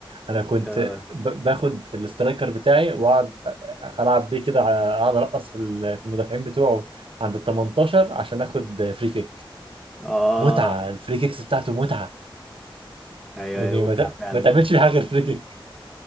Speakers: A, on the right; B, in the centre.
A: انا كنت
B: اه
A: ب- باخد الاسترايكر بتاعي واقعد أ- أ- العب بيه كده على- اقعد ارقص في ال- في المدافعين بتوعه عند ال 18 عشان اخد فري كيك
B: اه
A: متعه الفري كيكس بتاعته متعه
B: ايوه
A: يعني
B: ايوه
A: ما,
B: متعه
A: ت-
B: فعلا
A: ما تعملش فيه حاجه غير فري كيك